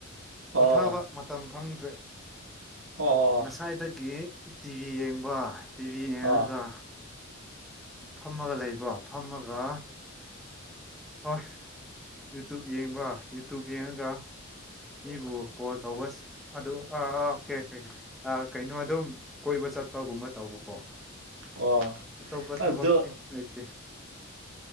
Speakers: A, on the right; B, in the centre.
A: ꯑꯣ
B: ꯄꯣꯊꯥꯕ ꯃꯇꯝ ꯐꯪꯗ꯭ꯔꯦ
A: ꯑꯣ
B: ꯉꯁꯥꯏꯗꯒꯤ ꯇꯤꯚꯤ ꯌꯦꯡꯕ ꯇꯤꯚꯤ ꯌꯦꯡꯉꯒ
A: ꯑꯣ
B: ꯐꯝꯃꯒ ꯂꯩꯕ꯭ꯔꯣ ꯐꯝꯃꯒ <unintelligible> ꯌꯨꯇꯨꯞ ꯌꯦꯡꯕ ꯌꯨꯇꯨꯞ ꯌꯦꯡꯉꯒ ꯃꯤꯕꯨ ꯀꯣꯜ ꯇꯧꯕꯁ ꯑꯗꯨ ꯑꯥ ꯑꯥ ꯐꯦꯛ ꯀꯩꯅꯣ ꯑꯗꯨꯝ ꯀꯣꯏꯕ ꯆꯠꯄꯒꯨꯝꯕ ꯇꯧꯕꯀꯣ
A: ꯑꯣ
B: ꯑꯇꯣꯞ ꯀꯊꯕꯇꯤ
A: ꯑꯗꯣ
B: ꯂꯩꯇꯦ